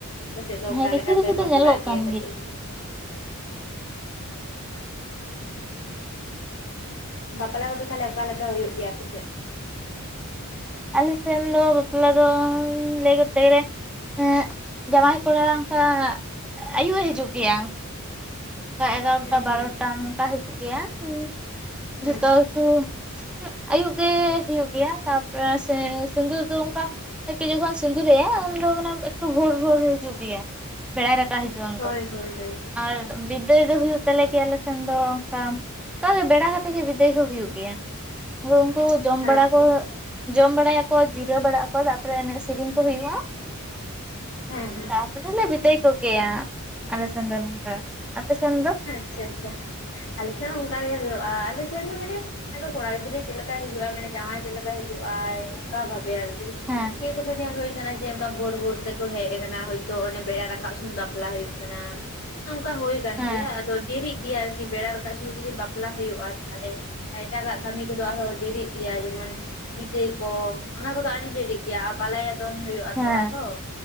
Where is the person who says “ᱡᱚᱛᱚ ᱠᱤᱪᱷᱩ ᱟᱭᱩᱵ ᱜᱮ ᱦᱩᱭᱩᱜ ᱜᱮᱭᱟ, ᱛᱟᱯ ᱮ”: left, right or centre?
Centre